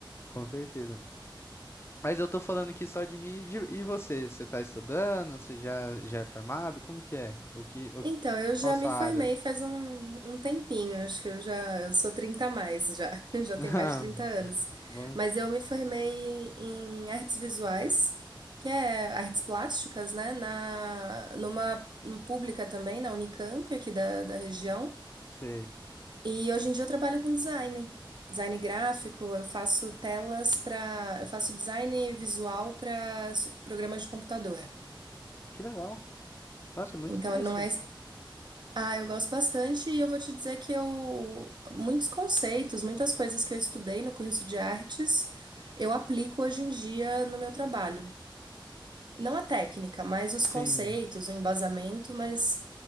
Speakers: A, on the left (about 30°); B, on the right (about 60°).
A: com certeza. Mas eu tô falando aqui só de mim e, de- e você. Você tá estudando? Você já, já é formado? Como que é? O que, o que,
B: Então, eu já
A: qual sua
B: me formei
A: área?
B: faz um, um tempinho, acho que eu já, eu sou 30 a mais já, <laughs> já
A: <laughs>
B: tenho
A: Ah,
B: mais de 30 anos.
A: bom,
B: Mas eu me formei em artes visuais, que é artes plásticas, né, na, numa, numa pública também, na Unicamp aqui da, da região.
A: sei.
B: E hoje em dia eu trabalho com design, design gráfico, eu faço telas para, eu faço design visual para programas de computador.
A: Que legal. Nossa, muito
B: Então
A: interessante.
B: não é, ah, eu gosto bastante e eu vou te dizer que eu muitos conceitos, muitas coisas que eu estudei no curso de artes, eu aplico hoje em dia no meu trabalho. Não a técnica, mas os
A: Sim.
B: conceitos, o embasamento, mas